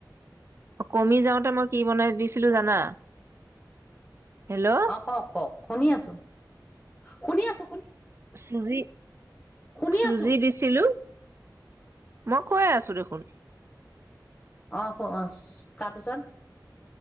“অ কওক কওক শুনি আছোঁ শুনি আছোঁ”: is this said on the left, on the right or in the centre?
Left